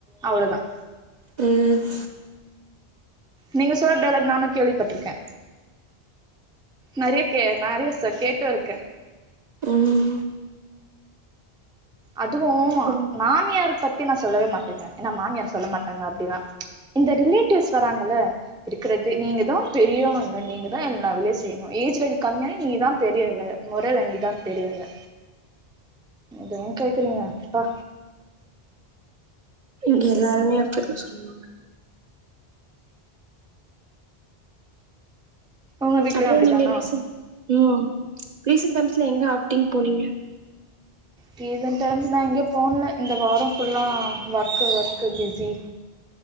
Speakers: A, in the centre; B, on the right.
A: அவ்வள தான்
B: ம்
A: நீங்க சொல்லர டயலாக் நானும் கேள்விப்பட்ருக்கே நெறைய கே நெறைய ச கேட்டு இருக்கே
B: ம்
A: அதுவு
B: ம்
A: மாமியார் பத்தி நான் சொல்லவே மாட்டேங்க ஏன்னா மாமியார் சொல்ல மாட்டாங்க அப்டின்னா இந்த ரிலேட்டிவ்ஸ் வராங்கல்ல இருக்கிறது நீங்க தான் பெரியவங்க நீங்க தான் எல்லா வேலயும் செய்யணு ஏஜ்ல நீ கம்மியானே நீ தான் பெரியவ மொரள நீ தான் பெரியவ அத ஏன் கேக்குறீங்க அப்பா
B: இங்க எல்லாருமே அப்டித்தா சொல்லுவாங்க
A: உங்க வீட்லயு
B: அப்றோ
A: அப்டிதானா
B: நீங்க ரீசன்ட் ம் ரீசன்ட் டைம்ஸ்ல எங்க அவுட்டிங் போனீங்க
A: ரீசன் டைம்ஸ் நா எங்கயு போன்ல இந்த வாரம் ஃபுல்லா ஒர்க்கு ஒர்க்கு பிஸி